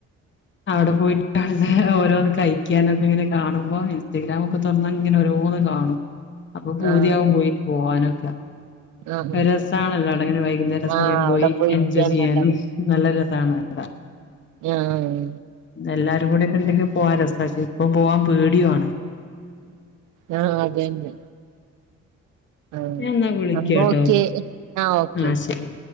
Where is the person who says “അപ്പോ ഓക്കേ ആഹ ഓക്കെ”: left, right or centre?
Right